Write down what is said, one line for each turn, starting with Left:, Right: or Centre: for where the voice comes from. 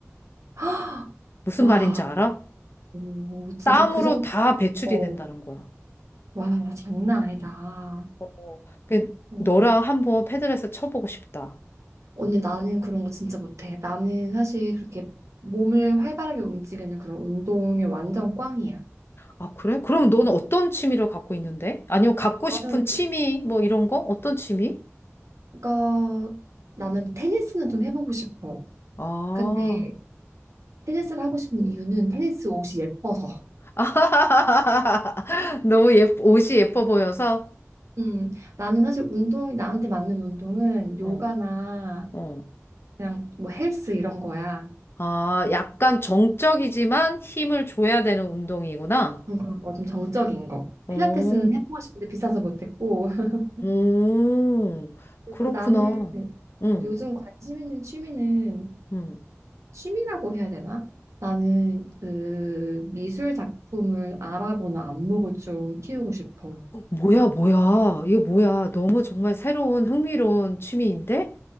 Right: <gasps> 헉!
Left: 무슨
Right: 와,
Left: 말인지 알아?
Right: 오, 진짜
Left: 땀으로
Right: 그 정도,
Left: 다 배출이
Right: 어,
Left: 된다는 거야.
Right: 와, 장난 아니다.
Left: 어, 어. 그
Right: 어.
Left: 너랑 한번 패들에서 쳐보고 싶다.
Right: 언니, 나는 그런 거 진짜 못해. 나는 사실 그렇게 몸을 활발하게 움직이는 그런 운동이 완전 꽝이야.
Left: 아, 그래? 그럼 너는 어떤 취미를 갖고 있는데? 아니면 갖고
Right: 나는,
Left: 싶은 취미 뭐 이런 거? 어떤 취미?
Right: 그러니까 나는 테니스는 좀 해보고 싶어.
Left: 아,
Right: 근데 테니스를 하고 싶은 이유는 테니스 옷이 예뻐서.
Left: <laughs> 너무 예, 옷이 예뻐 보여서?
Right: 음, 나는 사실 운동, 나한테 맞는 운동은 요가나
Left: 어, 어.
Right: 그냥 뭐 헬스 이런 거야.
Left: 아, 약간 정적이지만 힘을 줘야 되는 운동이구나.
Right: 음, 그런 거 좀 정적인 거.
Left: 오,
Right: 필라테스는 해보고 싶은데 비싸서 못했고. <laughs>
Left: 오,
Right: 그리고
Left: 그렇구나.
Right: 나는
Left: 응,
Right: 어, 요즘 관심 있는 취미는
Left: 응.
Right: 취미라고 해야 되나? 나는 그 미술 작품을 알아보는 안목을 좀 키우고 싶어.
Left: 어, 뭐야, 뭐야. 이거 뭐야. 너무 정말 새로운 흥미로운 취미인데?